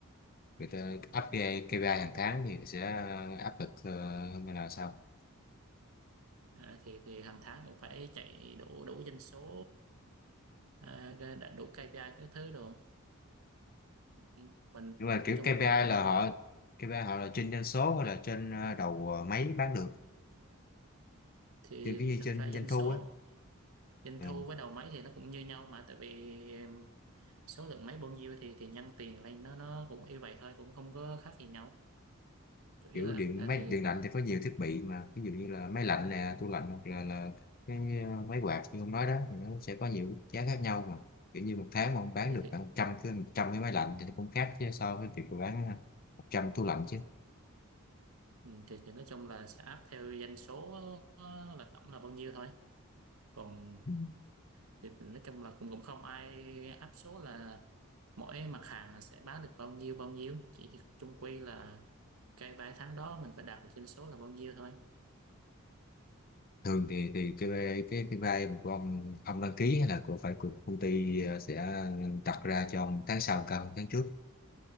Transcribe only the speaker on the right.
ờ, thì thì hàng tháng cũng phải chạy đủ đủ doanh số ờ, đã đủ KPI các thứ đồ Ừ, mình
nói chung
là cũng cũng
vậy
thì
thực
ra
doanh
số
doanh
thu với đầu máy thì nó cũng như nhau mà tại vì số lượng máy bao nhiêu thì thì nhân tiền lên nó nó cũng như vậy thôi cũng không có khác gì nhau chủ yếu
là
thì
thì
thì,
ừ, thì thì nói chung là sẽ áp theo doanh số ờ, là tổng là bao nhiêu thôi còn
thì, thì nói chung là cũng cũng không ai áp số là mỗi mặt hàng là sẽ bán được bao nhiêu bao nhiêu chỉ chung quy là cái ba tháng đó mình phải đạt được doanh số là bao nhiêu thôi